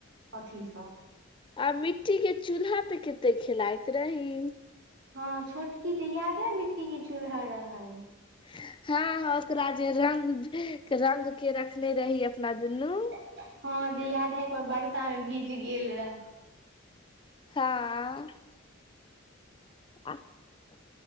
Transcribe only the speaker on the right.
अथी सब।
हँ छोटकी जे याद अइ मिट्टी क चूल्हा रहैय।
<unintelligible> हँ जे याद है एक बार बर्षा मे भीज गेल रहै।